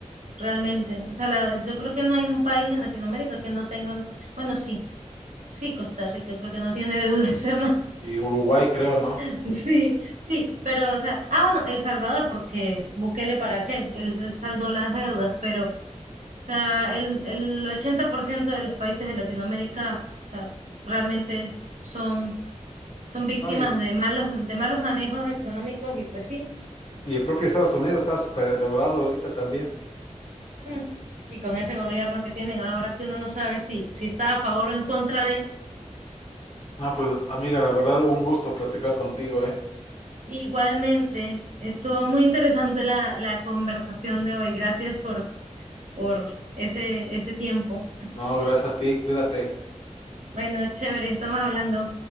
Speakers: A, on the right; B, on the left.
A: realmente. O sea, la- yo creo que no hay un país en Latinoamérica que no tenga un... Bueno, sí, sí, Costa Rica creo que no tiene deuda externa.
B: y Uruguay creo, ¿no?
A: <laughs> Sí, sí, pero, o sea, ah, bueno, El Salvador, porque Bukele para qué, él, él saldó las deudas, pero, o sea, el, el 80% de los países de Latinoamérica, o sea, realmente son son víctimas
B: No, y,
A: de malos, de malos manejos económicos y pues sí,
B: y el propio Estados Unidos está súper endeudado ahorita también.
A: mm, y con ese gobierno que tienen ahora que uno no sabe si, si está a favor o en contra de,
B: Ah, pues amiga, la verdad, un gusto platicar contigo, ¿eh?
A: igualmente estuvo muy interesante la, la conversación de hoy. Gracias por, por ese, ese tiempo.
B: No, gracias a ti, cuídate.
A: Bueno, chévere, estamos hablando.